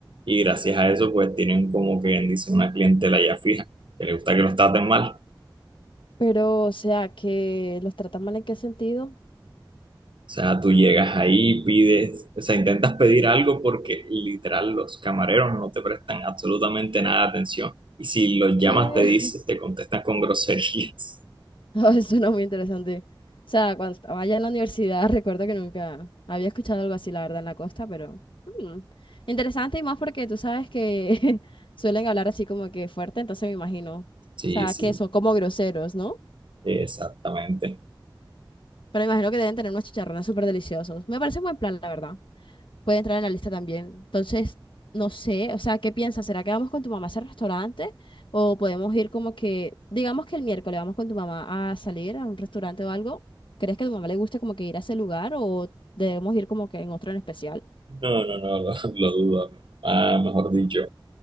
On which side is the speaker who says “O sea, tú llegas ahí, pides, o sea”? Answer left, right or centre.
Right